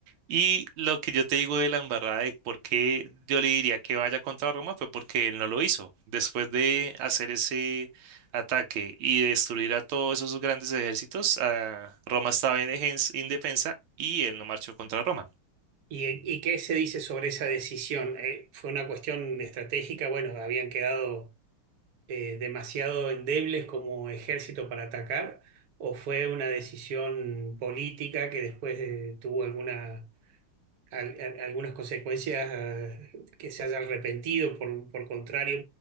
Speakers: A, on the right (about 80°); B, on the right (about 60°).
A: Y lo que yo te digo de la embarrada de por qué yo le diría que vaya contra Roma fue porque él no lo hizo. Después de hacer ese ataque y destruir a todos esos grandes ejércitos, ah, Roma estaba en dejen- indefensa y él no marchó contra Roma.
B: ¿Y, y qué se dice sobre esa decisión? Eh, ¿fue una cuestión estratégica? Bueno, ¿habían quedado eh, demasiado endebles como ejército para atacar? ¿O fue una decisión política que después eh, tuvo alguna, al- al- algunas consecuencias eh, que se haya arrepentido? Por, por contrario,